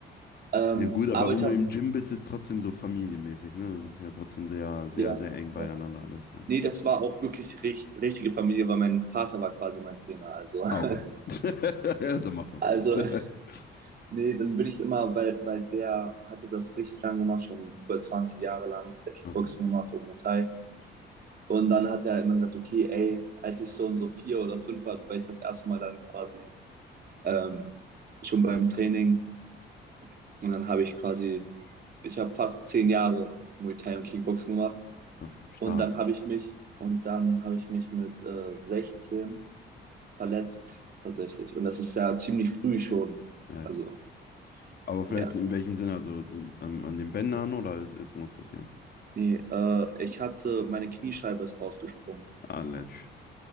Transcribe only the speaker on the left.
Ja gut, aber
wenn
du
im Gym bist, ist es trotzdem so familienmäßig, ne? Das ist ja trotzdem sehr, sehr,
sehr eng beieinander
alles. Ja.
Ah, okay. <laughs> Ja, dann macht das
Sinn. <laughs>
Okay,
okay, stark.
Ja.
Aber vielleicht
so in welchem Sinne? Also sind, an, an den Bändern oder ist irgendwas passiert?
Ah, läppsch.